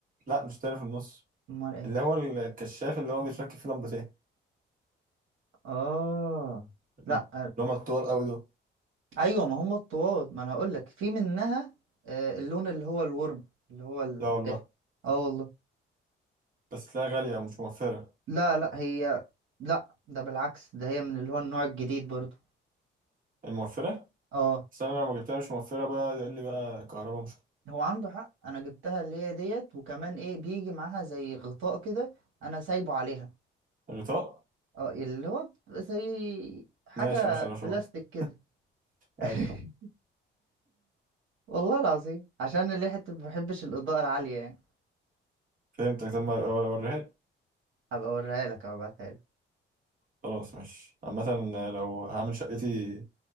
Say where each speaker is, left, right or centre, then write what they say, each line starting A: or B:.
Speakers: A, on the right; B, on the right.
A: لا مش تاني في النص
B: أمال إيه؟
A: اللي هو الكشاف اللي هو بيتركب فيه لمبتين
B: آه
A: اللي
B: لأ
A: هما الطوال أوي دول
B: ايوه ما هم الطواد ما انا هقول لك في منها آه، اللون اللي هو الورم اللي هو الدافئ
A: لا والله
B: اه والله
A: بس تلاقيها غالية ومش موفرة
B: لا لا هي لا ده بالعكس ده هي من اللي هو النوع الجديد برضو
A: الموفرة
B: اه
A: بس أنا لو ما جبتها مش موفرة بقى يقول لي بقى كهرباء مش
B: هو عنده حق انا جبتها اللي هي ديت وكمان ايه بيجي معاها زي غطاء كده انا سايبه عليها
A: الغطاء
B: اه اللي هو زي حاجة
A: ماشي ماشي يا رشوان
B: بلاستيك
A: <laughs>
B: كده <laughs>
A: أيوة
B: والله العظيم عشان اللي حتة ما بحبش الإضاءة العالية يعني
A: فهمتك طب ما أوريها لي.
B: هبقى اوريها لك هبعتها لك
A: خلاص ماشي عامة لو هعمل شقتي